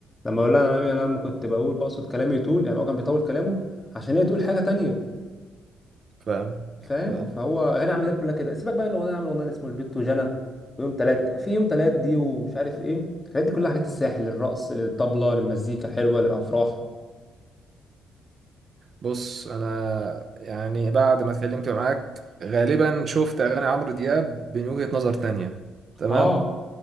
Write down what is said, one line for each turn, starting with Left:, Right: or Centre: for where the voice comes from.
Left: لما اقول لها انا أنا لما كنت بقول بقصد كلامي طول يعني هو كان بيطول كلامه عشان هي تقول حاجه تانية
Right: فاهم
Left: فاهم
Right: فاهم
Left: فهو اغاني عمرو دياب كلها كده سيبك بقى ان هو عامل اغنيه اسمه البت وجنى ويوم تلات في يوم تلات دي ومش عارف ايه الحاجات دي كلها حاجات الساحل للرقص للطبله للمزيكا الحلوه للافراح
Right: بص انا يعني بعد ما اتكلمت معاك غالبا شفت اغاني عمرو دياب من وجهة نظر تانية تمام
Left: اه